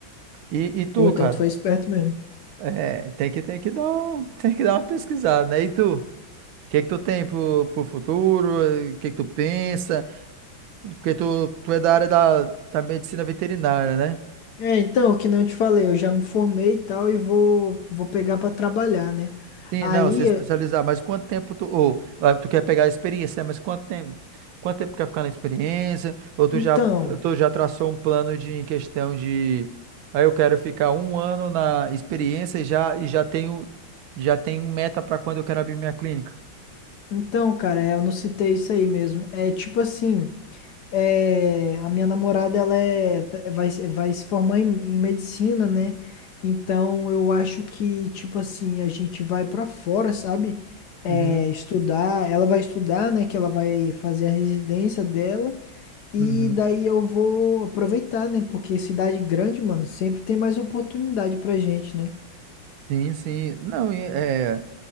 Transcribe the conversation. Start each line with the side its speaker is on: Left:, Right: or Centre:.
Right: E, e tu,
Left: Pô, então
Right: cara,
Left: tu foi esperto mesmo.
Right: é, tem que, tem que dar, um- <laughs> tem que dar uma pesquisada, né? E tu, o que é que tu tem pro, pro futuro? O que é que tu pensa? Porque tu, tu é da área da, da medicina veterinária, né?
Left: É, então, que nem eu te falei, eu já me formei e tal e vou, vou pegar pra trabalhar, né?
Right: Sim,
Left: Aí,
Right: não, se especializar, mas quanto tempo tu, ou, ah, tu quer pegar a experiência, né? Mas quanto tempo, quanto tempo quer ficar na experiência? Ou tu
Left: então,
Right: já, tu já traçou um plano de em questão de, aí eu quero ficar um ano na experiência e já, e já tenho, já tenho meta para quando eu quero abrir minha clínica.
Left: então, cara, é, eu não citei isso aí mesmo. É tipo assim. É, a minha namorada ela é, tá- vai, se- vai se formar em, em medicina, né? Então eu acho que, tipo assim, a gente vai pra fora, sabe? É,
Right: Uhum,
Left: estudar, ela vai estudar, né? Que ela vai fazer a residência dela, e
Right: uhum.
Left: daí eu vou aproveitar, né? Porque cidade grande, mano, sempre tem mais oportunidade pra gente, né?
Right: Sim, sim. Não, e, é,